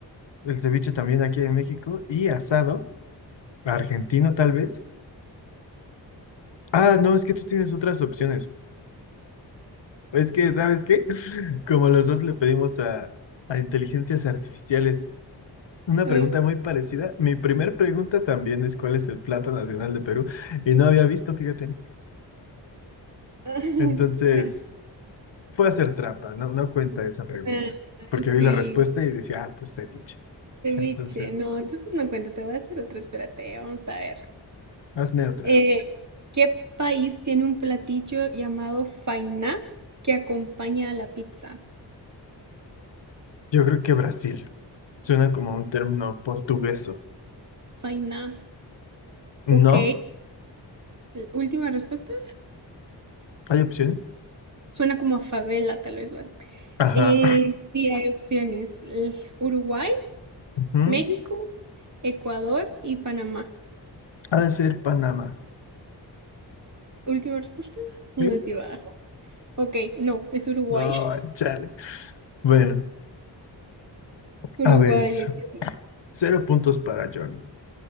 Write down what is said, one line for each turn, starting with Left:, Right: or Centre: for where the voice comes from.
Left: el ceviche también aquí en México y asado, argentino tal vez. Ah, no, es que tú tienes otras opciones. Es que, ¿sabes qué? <laughs> Como los dos le pedimos a, a inteligencias artificiales una
Right: Eh,
Left: pregunta muy parecida, mi primer pregunta también es ¿cuál es el plato nacional de Perú? Y no había visto, fíjate.
Right: <laughs>
Left: Entonces, fue a hacer trampa, no, no cuenta esa pregunta,
Right: Ah,
Left: porque
Right: Sí,
Left: vi la respuesta y decía, ah, pues ceviche.
Right: ceviche.
Left: Entonces,
Right: No, entonces no cuenta. Te voy a hacer otro. Espérate, vamos a ver.
Left: hazme otra.
Right: Eh, ¿qué país tiene un platillo llamado faina que acompaña a la pizza?
Left: Yo creo que Brasil. Suena como un término portugueso.
Right: Faina.
Left: ¿No?
Right: Ok. l- Última respuesta.
Left: ¿Hay opciones?
Right: Suena como a favela, tal vez, ¿va?
Left: Ajá.
Right: Eh, sí, hay opciones. l- Uruguay,
Left: <laughs> Ujú.
Right: México, Ecuador y Panamá.
Left: Ha de ser Panamá.
Right: Última respuesta. No
Left: ¿Sí?
Right: sé si va. Ok, no, es Uruguay.
Left: No,
Right: <laughs>
Left: chale. Bueno,
Right: Uruguay,
Left: a ver.
Right: lo siento.
Left: Cero puntos para Johnny.